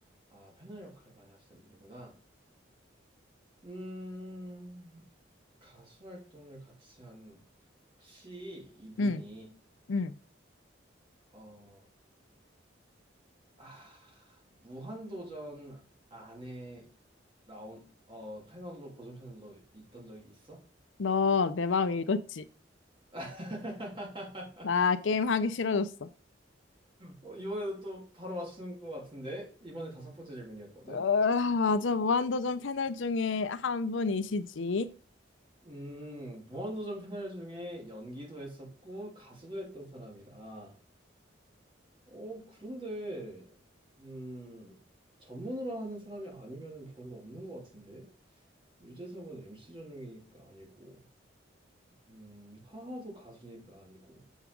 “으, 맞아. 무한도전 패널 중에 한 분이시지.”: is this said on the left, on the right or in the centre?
Left